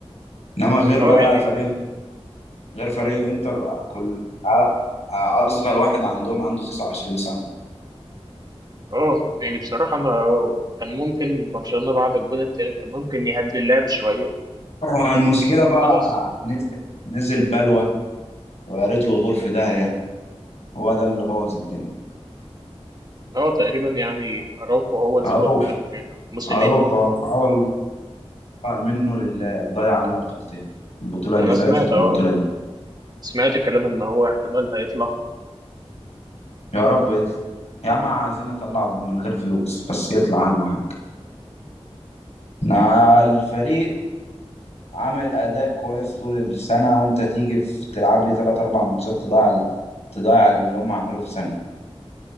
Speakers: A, on the left; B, on the right.
A: إنما غير
B: اه
A: بقى
B: يعني
A: فريق غير فريق الإنتر كل أ- أصغر واحد عندهم عنده 29 سنة
B: اه يعني بصراحه انا كان ممكن برشلونه بعد الجون التالت كان ممكن يهدي اللعب شويه
A: هو
B: فاهم
A: المشكلة بقى
B: خلاص
A: نزل نزل بلوى ويا ريته يغور في داهية هو ده اللي بوظ الدنيا
B: هو تقريبا يعني أراوخو هو السبب
A: عروخ
B: آخر موسمين
A: عروخ اه آه والله منه لله ضيع علينا بطولتين البطولة اللي
B: أنا
A: فاتت
B: سمعت
A: والبطولة
B: أه
A: دي
B: سمعت كلام إن هو احتمال هيطلع
A: يا رب يطلع يا عم عايزين نطلعه من غير فلوس بس يطلع اهم حاجة نا- الفريق عامل أداء كويس طول السنة وأنت تيجي في تلعب لي تلات أربع ماتشات تضيع ال- تضيع اللي هم عملوه في سنة